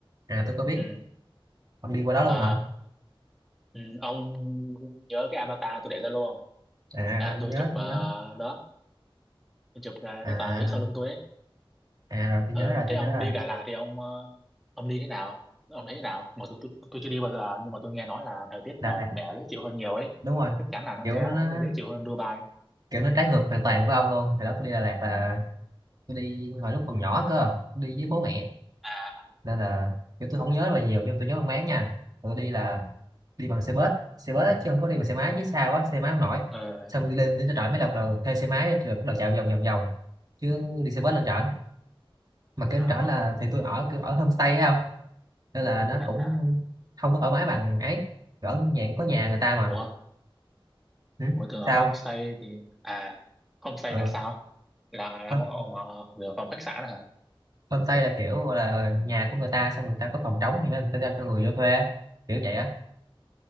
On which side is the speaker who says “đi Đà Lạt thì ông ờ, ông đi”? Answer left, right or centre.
Centre